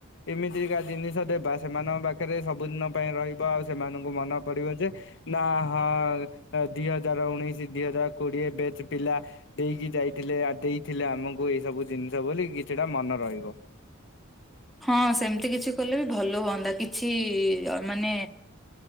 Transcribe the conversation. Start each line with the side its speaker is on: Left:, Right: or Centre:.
Left: ଏମିତିକା ଜିନିଷ ଦେବା ସେମାନଙ୍କ ପାଖରେ ସବୁଦିନ ପାଇଁ ରହିବ ଆଉ ସେମାନଙ୍କୁ ମନେ ପଡିବ ଯେ ନା ହଁ ଦି ହଜାର ଉଣେଇଶି ଦି ହଜାର କୋଡିଏ ବେଚ ପିଲା। ଦେଇକି ଯାଇଥିଲେ ଦେଇଥିଲେ ଆମକୁ ଏଇ ସବୁ ଜିନିଷ ବୋଲି କିଛିଟା ମନେ ରହିବ।
Centre: ହଁ ସେମିତି କିଛି କଲେ ବି ଭଲ ହୁଅନ୍ତା କିଛି ମାନେ